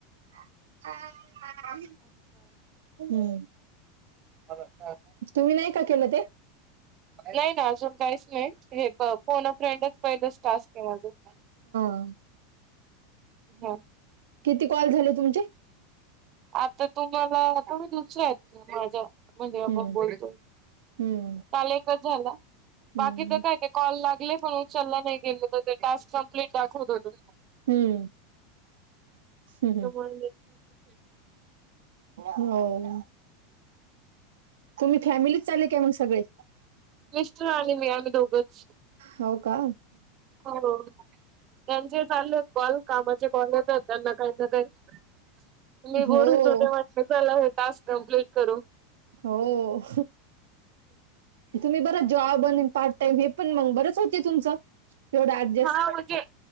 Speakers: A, on the right; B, on the right.
A: <unintelligible> हम्म
B: हां व.
A: तुम्ही नाही का केलं ते?
B: नाही ना अजून काहीच नाही हे प फोन अ फ्रेंडच पहिलंच टास्क केलं अजुन.
A: हं
B: हो.
A: किती कॉल झाले तुमचे.
B: आता तुम्हाला आता मी दुसऱ्या माझ्या मध्ये आपण
A: हम्म
B: बोलतोय.
A: हम्म
B: लच झाला
A: हम्म
B: बाकी तर काय ते कॉल लागले पण उचलला नाही गेल तर टस् कम्प्लीट दावत होत.
A: हम्म हम्.
B: त्यामुळे
A: हो तुम्ही फॅमिलीत चाले काय म्हग सगळे.
B: मिस्टर आणि मी आम्ही दोघंच.
A: हो का.
B: हो. त्यांचे चालले कॉल कामाचे कॉल येत त्यांना काही ना काही मी
A: हो
B: बोलून ोटे म्हट चला हे टास्क कम्प्लीट करू.
A: हो तुम्ही बरं. जॉब आणि पार्ट टाइम हे पण मग बरच होते तुमचं. एवढं ॲडजस्ट.
B: हा म्हणजे